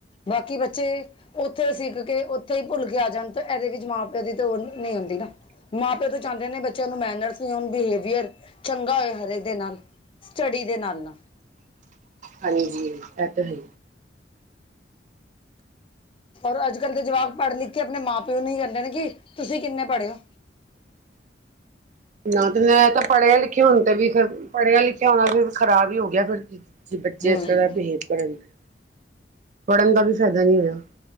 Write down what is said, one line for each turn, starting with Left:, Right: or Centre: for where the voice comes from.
Left: ਬਾਕੀ ਬੱਚੇ ਉੱਥੇ ਸਿੱਖ ਕੇ ਉੱਥੇ ਹੀ ਭੁੱਲ ਕੇ ਆ ਜਾਂਣ ਤਾਂ ਇਹਦੇ ਵਿੱਚ ਮਾਂ ਪਿਓ ਦੀ ਤਾਂ ਉਹ ਨਹੀਂ ਹੁੰਦੀ ਨਾ ਮਾਂ ਪਿਓ ਤੇ ਚਾਹੁੰਦੇ ਨੇ ਬੱਚਿਆਂ ਨੂੰ ਮੈਨਰਸ ਬਿਹੇਵੀਅਰ ਚੰਗਾ ਹੋਏ ਹਰੇਕ ਦੇ ਨਾਲ ਸਟੱਡੀ ਦੇ ਨਾਲ ਨਾਲ
Right: ਹਾਂਜੀ, ਇਹ ਤਾਂ ਹੈ
Left: ਰ ਅੱਜ ਕੱਲ੍ਹ ਦੇ ਜਵਾਕ ਪੜ੍ਹ ਲਿਖ ਕੇ ਆਪਣੇ ਮਾਂ ਪਿਓ ਨੂੰ ਕਹਿੰਦੇ ਨੇ ਕਿ ਤੁਸੀਂ ਕਿੰਨੇ ਪੜੇ ਹੋ
Right: <unintelligible> ਨਾ ਤੇ ਮੈਂ ਤਾਂ ਪੜ੍ਹੇ ਲਿਖੇ ਹੋਣ ਤੇ ਵੀ ਫਿਰ ਪੜ੍ਹਿਆ ਲਿਖਿਆ ਹੋਣਾ ਫਿਰ ਖਰਾਬ ਹੀ ਹੋ ਗਿਆ ਫਿਰ ਕਿ ਬੱਚੇ
Left: ਹਮ
Right: ਇਸ ਤਰਾਂ ਬਿਹੇਵ ਕਰਨ ਤੇ ਪੜ੍ਹਨ ਦਾ ਵੀ ਫਾਇਦਾ ਨਹੀਂ ਹੋਇਆ